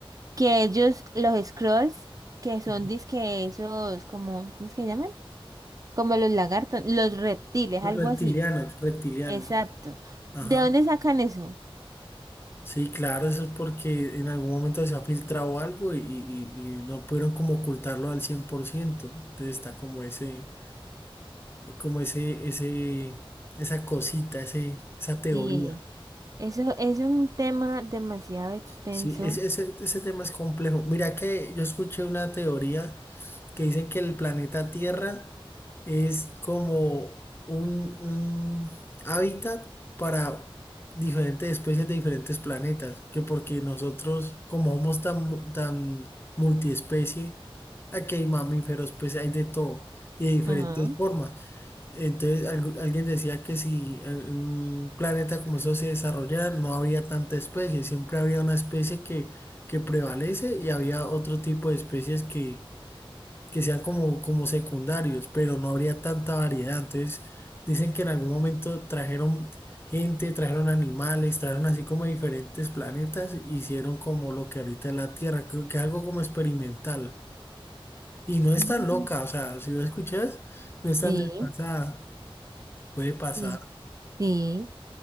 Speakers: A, on the right; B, on the left.
A: que ellos, los Skrulls, que son
B: Ujú.
A: disque esos como, ¿cómo es que llaman? Como los lagartos, los reptiles,
B: Los
A: algo
B: Reptilianos,
A: así.
B: reptilianos.
A: Exacto.
B: Ajá.
A: ¿De dónde sacan eso?
B: Sí, claro, eso es porque en algún momento se ha filtrado algo y, y- y no pudieron como ocultarlo al 100%. Entonces está como ese, como ese, ese, esa cosita, ese, esa teoría.
A: Sí. Eso, eso es un tema demasiado extenso.
B: Sí, ese, ese, ese tema es complejo. Mira que yo escuché una teoría que dicen que el planeta Tierra es como un, un hábitat para diferentes especies de diferentes planetas, que porque nosotros, como somos tan, mu- tan multiespecie, aquí hay mamíferos, pues hay de todo y de diferentes
A: Ajá.
B: formas. Entonces, algu- alguien decía que si eh, un planeta como eso se desarrollara, no habría tanta especie, siempre habría una especie que, que prevalece y había otro tipo de especies que, que sean como, como secundarios, pero no habría tanta variedad. Entonces, dicen que en algún momento trajeron gente, trajeron animales, trajeron así como diferentes planetas, e hicieron como lo que ahorita es la Tierra, creo que algo como experimental. Y no es
A: Ujú.
B: tan loca, o sea, si lo escuchas, no es tan
A: Sí,
B: desfasada, puede pasar.
A: sí, sí,